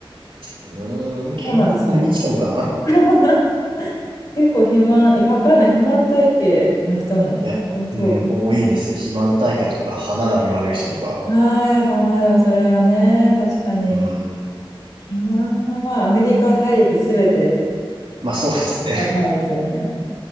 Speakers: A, on the right (about 70°); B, on the left (about 35°).
A: うーん、健康に生きとんかな。
B: そうなんですかね。<laughs> 結構肥満、いや、わかんない、肥満体型な人も多そ
A: いや、うん、多いですね。肥満体型とか、歯並び悪い人とか。
B: う。ああ、やっぱまあでもそれはね、確かに。
A: うん。
B: 肥満はまあアメリカ大陸すべて
A: まあそうですね。
B: やばいですよね。
A: <laughs>